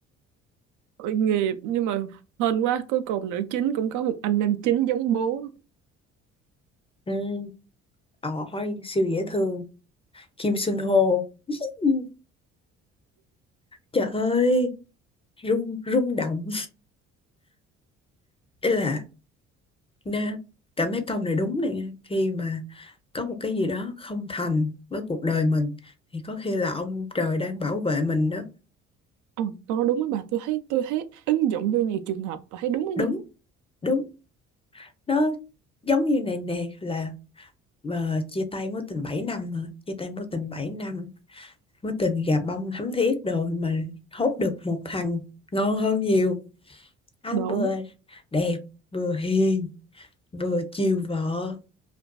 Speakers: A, on the right; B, on the left.
A: tội nghiệp nhưng mà hên quá cuối cùng nữ chính cũng có một anh nam chính giống bố
B: ừ ôi siêu dễ thương Kim Sun Ho Ừ, trời ơi rung rung động ý là nghe cảm thấy câu này đúng này nha. khi mà có một cái gì đó không thành với cuộc đời mình thì có khi là ông trời đang bảo vệ mình đó
A: Ồ, câu nói đúng với bà tôi thấy tôi thấy ứng dụng vô nhiều trường hợp và thấy đúng đó
B: đúng
A: nha
B: đúng nó giống như này nè là mà chia tay mối tình 7 năm hả chia tay mối tình 7 năm mối tình gà bông thắm thiết đồ mà hốt được một thằng ngon hơn nhiều anh
A: đúng
B: vừa đẹp vừa hiền vừa chiều vợ